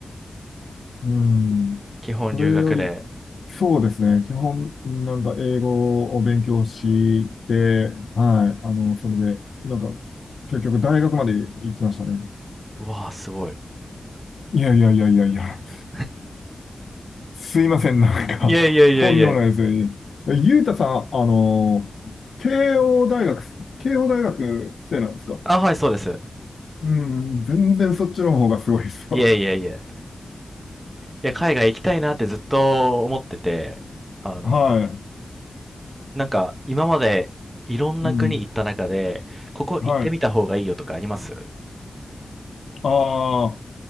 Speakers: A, on the left (about 70°); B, on the right (about 25°).
A: うん。
B: 基本留学で。
A: それより、そうですね。基本、なんか英語を勉強して、はい、あの、それで、なんか、結局大学まで行きましたね。
B: うわー、すごい。
A: いやいやいやいやいや。
B: いやいや。
A: すいません、なんか、
B: いえいえいえいえ。
A: <laughs> とんでもないですね。ゆうたさん、あの、慶応大学、慶応大学生なんですか
B: あ、はい、そうです。
A: うん、全然そっちの方がすごいですよ。
B: いえいえいえ。や、海外行きたいなってずっと思ってて、あの、
A: <laughs> はい。
B: なんか今までいろんな国行った中で、
A: うん、
B: ここ行ってみた方がいいよとかあります
A: はい。ああ、